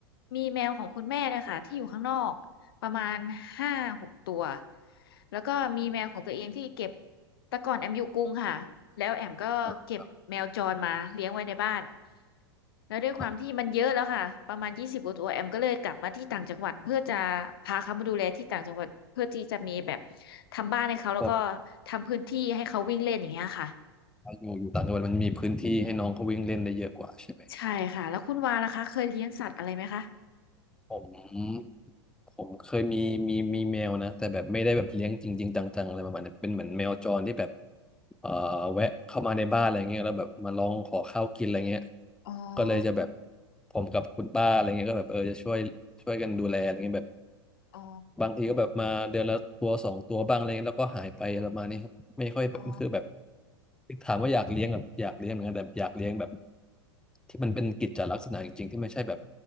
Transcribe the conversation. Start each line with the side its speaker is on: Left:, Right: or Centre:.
Left: มีแมวของคุณแม่เนะคะที่อยู่ข้างนอกประมาณห้าหกตัวแล้วก็มีแมวของตัวเองที่เก็บแต่ก่อนแอมอยู่กรุงค่ะแล้วแอมก็เก็บแมวจรมาเลี้ยงไว้ในบ้าน
Centre: อ่า
Left: แล้วด้วยความที่มันเยอะแล้วค่ะประมาณยี่สิบกว่าตัวแอมก็เลยกลับมาที่ต่างจังหวัดเพื่อจะ
Centre: ครับ
Left: พาเขามาดูแลที่ต่างจังหวัดเพื่อที่จะมีแบบทำบ้านให้เขาแล้วก็
Centre: ผม
Left: ทำพื้นที่ให้เขาวิ่งเล่นอย่างเงี้ยค่ะ
Centre: เพวกอยู่อยู่ต่างจังหวัดมันมีพื้นที่ให้น้องเขาวิ่งเล่นได้เยอะกว่าใช่ไหม
Left: ใช่ค่ะแล้วคุณวาล่ะคะเคยเลี้ยงสัตว์อะไรไหมคะ
Centre: ผมผมเคยมีมีมีแมวนะแต่แบบไม่ได้แบบเลี้ยงจริงๆจังๆอะไรประมาณเนี้ยเป็นเหมือนแมวจรที่แบบเอ่อแวะเข้ามาในบ้านอะไรเงี้ยแล้วแบบมาลองขอข้าวกินอะไรเงี้ย
Left: อ๋อ
Centre: ก็เลยจะแบบผมกับคุณป้าอะไรเงี้ยก็แบบเออจะช่วยช่วยกันดูแลอะไรเงี้ยแบบ
Left: อ๋อ
Centre: บางทีก็แบบมาเดือนละตัวสองตัวบ้างอะไรเงี้ยแล้วก็หายไปอะไรประมาณนี้ครับไม่ค่อยแบบคือแบบ
Left: อ๋อ
Centre: ถามว่าอยากเลี้ยงแบบอยากเลี้ยงเหมือนกันแต่อยากเลี้ยงแบบที่มันเป็นกิจจลักษณะจริงๆที่ไม่ใช่แบบ